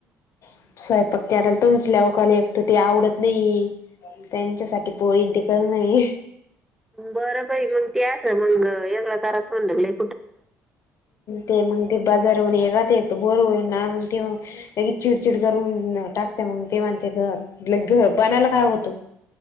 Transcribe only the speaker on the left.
स्वयंपाक कराय तुमच्या लवकाला <inaudible> एक तर ते आवडत नाही त्यांच्यासाठी पोळीन ते करणं हे
ते मग ते बाजारहून येईल राहता बोर होईल ना मग ते लगेच चिडचिड करून टाकते मग ते म्हणतेत घ बनायला काय होतं